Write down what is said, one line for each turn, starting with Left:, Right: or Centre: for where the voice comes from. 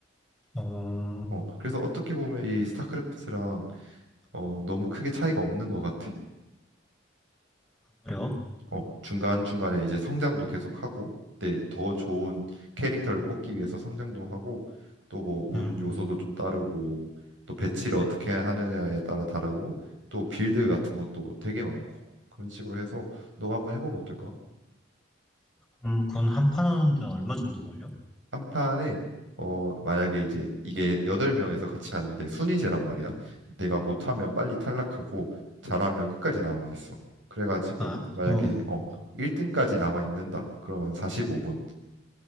Centre: 어,
Right: 어, 그래서 어떻게 보면 이 스타크래프트랑 어, 너무 크게 차이가 없는 것 같아.
Centre: 그래요?
Right: 어, 중간중간에 이제 성장도 계속하고 근데 더 좋은 캐릭터를 뽑기 위해서 성장도 하고 또 뭐 운
Centre: 음.
Right: 요소도 좀 따르고 또 배치를 어떻게 하느냐에 따라 다르고 또 빌드 같은 것도 되게 많고 그런 식으로 해서 너가 한번 해보면 어떨까?
Centre: 그럼 그건 한 판 하는데 얼마 정도 걸려?
Right: 한 판에 어 만약에 이제 이게 여덟 명에서 같이 하는데 순위제란 말이야. 내가 못하면 빨리 탈락하고 잘하면 끝까지 남아 있어. 그래가지고
Centre: 아,
Right: 만약에
Centre: 어. 어,
Right: 어 1등까지 남아 있는다. 그러면 45분.